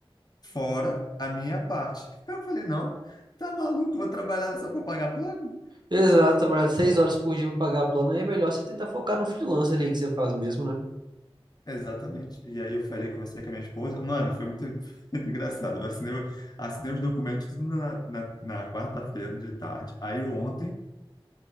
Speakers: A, on the left (about 45°); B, on the right (about 50°).
A: fora a minha parte. Aí Eu falei, não, tá maluco, vou trabalhar só para pagar plano?
B: Exato, trabalhar seis horas por dia pra pagar plano aí é melhor você tentar focar no freelancer aí que você faz mesmo, né?
A: Exatamente. E aí eu falei, conversei com a minha esposa. Mano, foi muito, <laughs> muito engraçado. Eu assinei, o- assinei os documentos tudo na, na, na quarta-feira de tarde. Aí ontem